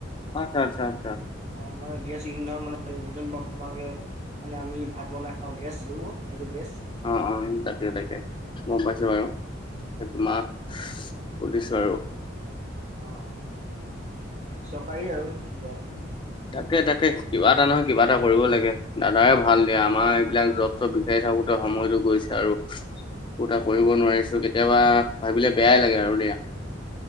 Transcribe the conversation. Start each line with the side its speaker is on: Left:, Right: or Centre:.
Left: আচ্ছা আচ্ছা আচ্ছা
Right: অ', মানে গেছ ইন্ধন মানে <unintelligible> তোমালোকে মানে আমি ভাত বনাই খাওঁ গেছ আৰু সেইটো গেছ।
Left: অ', অ', তাকে -তাকে, গম পাইছো বাৰু। সেইটো তোমাৰ সুধিছো আৰু।
Right: অ', অ', চৰকাৰী আৰু যব
Left: তাকে-তাকে, কিবা এটা নহয় কিবা এটা কৰিব লাগে দাদাই ভাল দিয়া আমাৰ এইবিলাক জব চব বিচাৰি থাকোতে সময়তো গৈছে আৰু। একো এটা কৰিব নোৱাৰিছো কেতিয়াবা ভাবিলে বেয়াই লাগে আৰু দিয়া।